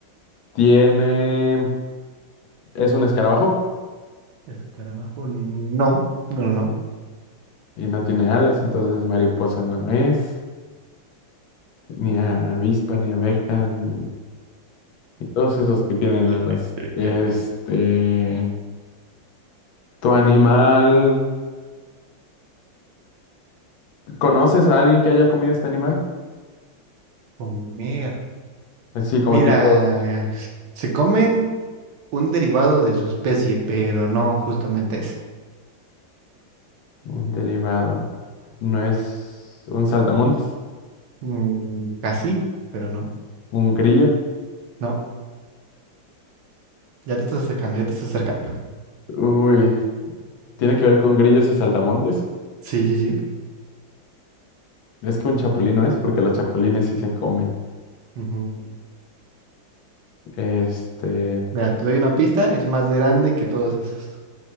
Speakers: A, on the left (about 85°); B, on the right (about 70°).
A: tiene, es un escarabajo?
B: Escarabajo, no, no, no, no.
A: Y no tiene alas, entonces mariposa no es, ni avispa, ni abeja, ni y todos esos que tienen
B: <laughs>
A: alas. Este, ¿tu animal... ¿Conoces a alguien que haya comido este animal?
B: Comer.
A: sí como
B: Mira,
A: tipo
B: se comen un derivado de su especie, pero no justamente ese.
A: un derivado. No es un saltamontes,
B: Mm, casi, pero no.
A: un grillo.
B: No, ya te estás acercando, ya te estás acercando.
A: Uy, tiene que ver con grillos y saltamontes.
B: Sí, sí, sí.
A: Es que un chapulín no es porque los chapulines sí se comen.
B: Ujú.
A: Este,
B: Mira, te doy una pista, es más grande que todos esos,